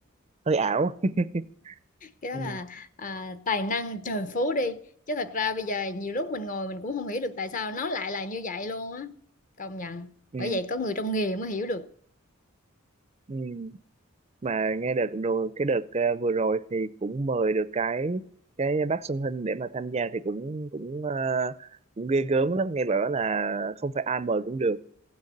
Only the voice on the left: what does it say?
cái đó
là à, tài năng trời phú đi chứ thật ra bây giờ nhiều lúc mình ngồi mình cũng không hiểu được tại sao nó lại là như vậy luôn á công nhận
bởi vậy có người trong nghề mới hiểu được